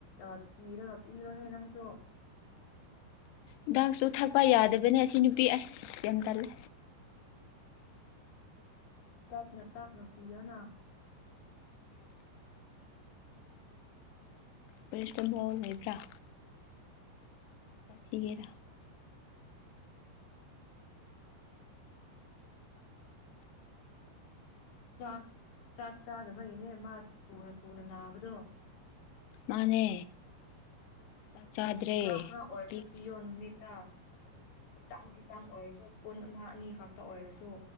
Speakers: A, on the left (about 65°); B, on the left (about 90°).
A: ꯑꯥ ꯊꯤꯔꯒ ꯄꯤꯔꯣꯅꯦ ꯅꯪꯁꯨ
B: ꯍꯤꯗꯥꯛꯁꯨ ꯊꯛꯄ ꯌꯥꯗꯕꯅꯦ ꯑꯁꯤ ꯅꯨꯄꯤ ꯑꯁ ꯌꯥꯝ ꯇꯜꯂꯦ
A: ꯇꯞꯅ ꯇꯞꯅ ꯄꯤꯌꯣꯅ
B: ꯄꯔꯤꯁꯇ ꯕꯣꯜ ꯂꯩꯕ꯭ꯔꯥ ꯆꯥꯛ ꯊꯤꯒꯦꯔꯥ
A: ꯆꯥꯛ ꯆꯥꯛ ꯆꯥꯗꯕꯒꯤꯅꯦ ꯃꯥ ꯊꯨꯅ ꯊꯨꯅ ꯅꯥꯕꯗꯣ
B: ꯃꯥꯅꯦ ꯆꯥꯛ ꯆꯥꯗ꯭ꯔꯦ
A: ꯈꯔ ꯈꯔ ꯑꯣꯏꯔꯁꯨ
B: ꯃꯦꯒꯤ
A: ꯄꯤꯌꯣ ꯅꯨꯃꯤꯠꯇ ꯈꯤꯇꯪ ꯈꯤꯇꯪ ꯑꯣꯏꯔꯁꯨ ꯏꯁꯄꯨꯟ ꯑꯃ ꯑꯅꯤ ꯈꯛꯇ ꯑꯣꯏꯔꯁꯨ